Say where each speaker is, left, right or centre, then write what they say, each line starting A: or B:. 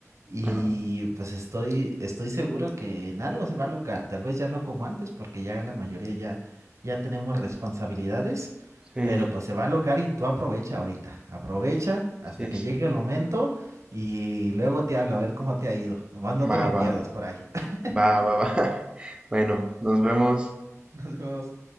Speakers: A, on the right; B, on the right.
A: y
B: Ajá.
A: pues estoy, estoy seguro que en algo se va a locar, tal vez ya no como antes porque ya la mayoría ya, ya tenemos responsabilidades,
B: Sí,
A: pero pues se va a locar y tú aprovecha ahorita, aprovecha hasta
B: sí,
A: que
B: sí.
A: llegue el momento y luego te hablo a ver cómo te ha ido, nomás no te
B: Va,
A: me pierdas
B: va,
A: por ahí. <laughs>
B: va, va, va. <laughs> Bueno, nos vemos.
A: Nos vemos.